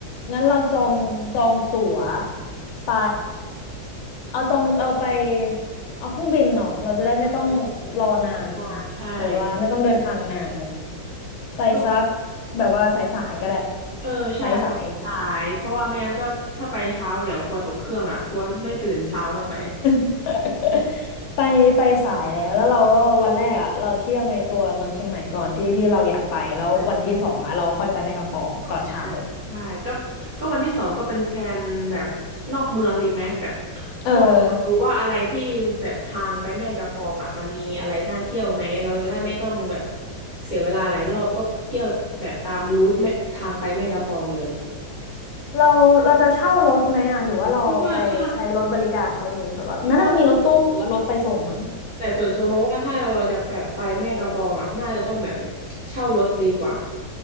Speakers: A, on the left (about 90°); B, on the right (about 85°).
A: งั้นเราจองจองตั๋วไปเอาจองเราไปเอาเครื่องบินเนาะเราจะได้ไม่ต้อง
B: เออ
A: รอนาน
B: กดดันใช่
A: แบบว่าไม่ต้องเดินทางนานไปสัก
B: ก็
A: แบบว่าสายสายก็ได้
B: เออใช่ไปสายเพราะว่าไม่งั้นก็ถ้าไปเช้าเดี๋ยวกลัวตกเครื่องอ่ะกลัวไม่ตื่นเช้ากันไป
A: ไปสาย <laughs> ไปไปสายแล้วแล้วเราก็วันแรกอ่ะเราเที่ยวในตัวเมืองเชียงใหม่ก่อนที่ที่เราอยากไปแล้ววันที่สองอ่ะเราค่อยไปแม่กำปองตอนเช้า
B: ใช่ใช่ใช่ใช่ก็ก็วันที่สองก็เป็นแพลนแบบนอกเมืองดีไหมแบบ
A: เออ
B: ก็รู้ว่าอะไรที่แบบทางไปแม่กำปองอ่ะมันมีอะไรน่าเที่ยวไหมเราจะได้ไม่ต้องแบบเสียเวลาหลายรอบก็เที่ยวแบบตามรูทแม่ทางไปแม่กำปองเลย
A: เราเราจะเช่ารถไหมอ่ะหรือว่าเราไปใช้รถบริการเขาดีแบบว่าน่าจะมีรถตู้หรือว่ารถไปส่งมั้ง
B: ที่ว่าถ้าที่ว่าแต่ส่วนตัวมองว่าถ้าเราจะแบบไปแม่กำปองอ่ะน่าจะต้องแบบเช่ารถดีกว่า